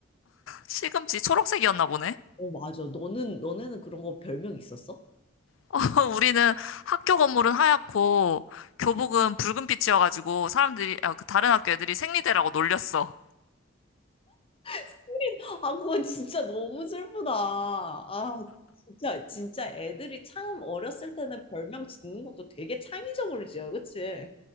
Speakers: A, on the left; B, on the left.
A: 시금치 초록색이었나 보네.
B: 어, 맞아. 너는, 너네는 그런 거 별명 있었어?
A: <laughs> 우리는 학교 건물은 하얗고 교복은 붉은빛이어가지고 사람들이 아, 그 다른 학교 애들이 생리대라고 놀렸어.
B: <laughs> 아, 그거 진짜 너무 슬프다. 아, 진짜, 진짜 애들이 참 어렸을 때는 별명 짓는 것도 되게 창의적으로 지어, 그치?